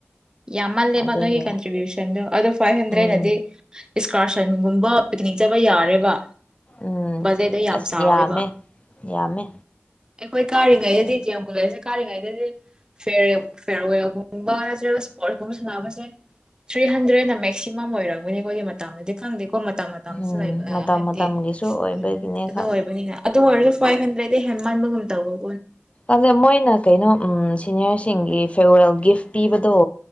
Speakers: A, on the right; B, on the left.
A: ꯌꯥꯝꯃꯜꯦꯕ
B: ꯑꯗꯨꯒꯤ
A: ꯀꯟꯇ꯭ꯔꯤꯕꯤꯎꯁꯟꯗꯨ ꯑꯗꯨ ꯐꯥꯏ ꯍꯟꯗ꯭ꯔꯦꯠ
B: ꯎꯝ
A: ꯅꯗꯤ꯫ ꯏꯁꯀꯥꯔꯁꯟꯒꯨꯝꯕ ꯄꯤꯛꯅꯤꯛ ꯆꯠꯕ ꯌꯥꯔꯦꯕ꯫
B: ꯎꯝ
A: ꯕꯖꯦꯠꯇꯣ ꯌꯥꯝ
B: ꯑꯁ
A: ꯆꯥꯎꯋꯦꯕ
B: ꯌꯥꯝꯃꯦ ꯌꯥꯝꯃꯦ
A: ꯑꯩꯈꯣꯏ ꯀꯥꯔꯤꯉꯩꯗꯗꯤ ꯗꯤ ꯑꯦꯝ ꯀꯣꯂꯦꯁꯁꯦ ꯀꯥꯔꯤꯉꯩꯗꯗꯤ ꯐꯦꯔꯦ ꯐꯤꯌꯔꯋꯦꯜꯒꯨꯝꯕ ꯅꯠꯇ꯭ꯔꯒ ꯏꯁꯄꯣꯔꯠꯁ ꯀꯨꯝꯕ ꯁꯥꯟꯅꯕꯁꯦ ꯊ꯭ꯔꯤ ꯍꯟꯗ꯭ꯔꯦꯠꯅ ꯃꯦꯛꯁꯤꯃꯝ ꯑꯣꯏꯔꯝꯒꯅꯤ ꯑꯩꯈꯣꯏꯒꯤ ꯃꯇꯗꯗꯤ ꯈꯪꯗꯦ ꯀꯣ ꯃꯇꯝ ꯃꯇꯝꯁꯨ
B: ꯎꯝ
A: ꯂꯩꯕ
B: ꯃꯇꯝ
A: ꯍꯥꯏꯕꯗꯤ
B: ꯃꯇꯝꯒꯤꯁꯨ ꯑꯣꯏꯕꯒꯤꯅꯦ
A: ꯎꯝ ꯑꯗꯨ ꯑꯣꯏꯕꯅꯤꯅ ꯑꯗꯨ ꯑꯣꯏꯔꯁꯨ ꯐꯥꯏꯚ ꯍꯟꯗ꯭ꯔꯦꯗꯗꯤ ꯍꯦꯟꯃꯟꯕꯨꯒꯨꯝꯇꯕꯣ
B: ꯑꯗ ꯃꯣꯏꯅ ꯀꯩꯅꯣ ꯎꯝ ꯁꯤꯅꯤꯌꯔ ꯁꯤꯡꯒꯤ ꯐꯦꯔꯋꯦꯜ ꯒꯤꯐ ꯄꯤꯕꯗꯣ